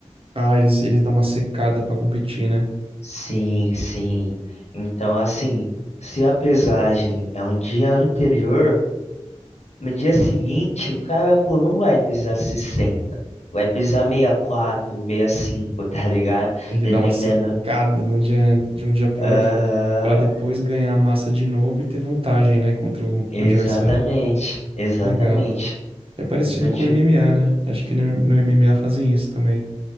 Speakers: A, on the right (about 50°); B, on the left (about 70°).
A: Ah, eles, eles dão uma secada pra competir, né?
B: Sim, sim. Então, assim, se a pesagem é um dia anterior, no dia seguinte o cara, pô, não vai pisar 60. Vai pisar 64, cinco <laughs> tá ligado?
A: Ele
B: Dependendo.
A: dá uma secada num dia, de um dia pro
B: Aham,
A: outro, pra depois ganhar a massa de novo e ter vantagem, né, contra o
B: exatamente,
A: adversário.
B: exatamente.
A: Legal. É parecido
B: Então,
A: com
B: tipo,
A: o MMA, né? Acho que no no MMA fazem isso também.